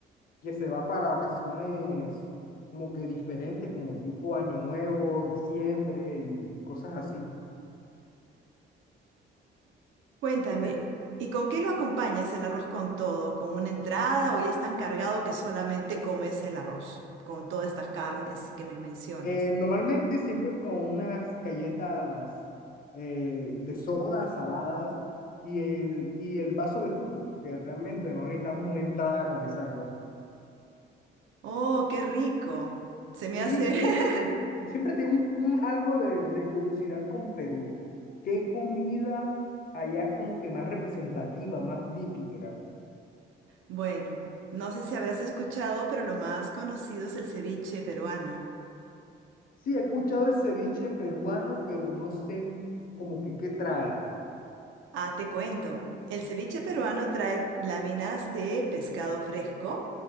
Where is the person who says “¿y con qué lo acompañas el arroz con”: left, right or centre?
Right